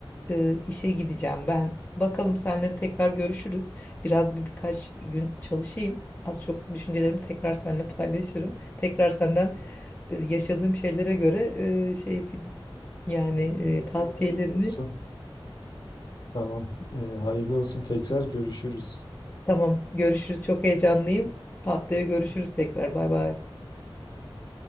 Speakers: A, on the left; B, on the left.
A: e, işe gideceğim ben. Bakalım seninle tekrar görüşürüz. Biraz bir birkaç gün çalışayım. Az çok düşüncelerimi tekrar seninle paylaşırım. Tekrar senden
B: Tamam.
A: e, yaşadığım şeylere göre e, şey yani
B: Oldu
A: e,
B: tekrar
A: tavsiyelerini
B: hayırlı olsun. Tamam. e, hayırlı olsun tekrar görüşürüz.
A: Tamam, görüşürüz. Çok heyecanlıyım. Haftaya görüşürüz tekrar. Bay bay.
B: Hadi güle.